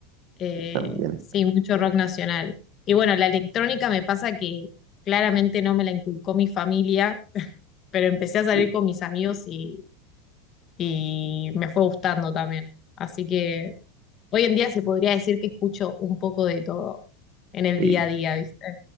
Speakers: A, on the left (about 35°); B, on the right (about 60°).
A: Eh,
B: sí, También.
A: sí, mucho rock nacional. Y bueno, la electrónica me pasa que claramente no me la inculcó mi familia, pero empecé a salir
B: Sí,
A: con mis amigos y, y me fue gustando también. Así que hoy en día se podría decir que escucho un poco de todo en el
B: sí.
A: día a día, ¿viste?